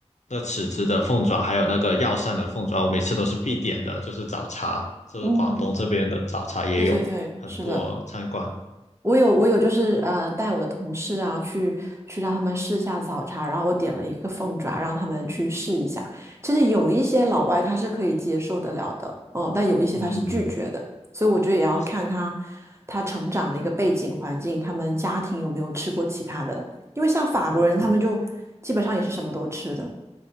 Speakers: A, on the left; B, on the right.
A: 那尺子的凤爪，还有那个药膳的凤爪，我每次都是必点的，就是早茶，就是广东这边的早茶也有很多餐馆。
B: 嗯，对对对，是的，我有我有，就是呃，带我的同事啊，去去让他们试一下早茶，然后我点了一个凤爪，让他们去试一下。其实有一些老外他是可以接受得了的，嗯，但有一些他是拒绝的，
A: 嗯，
B: 所以我觉得也要看他他成长的一个背景环境，
A: 但是。
B: 他们家庭有没有吃过其他的，因为像法国人他们就基本上也是什么都吃的。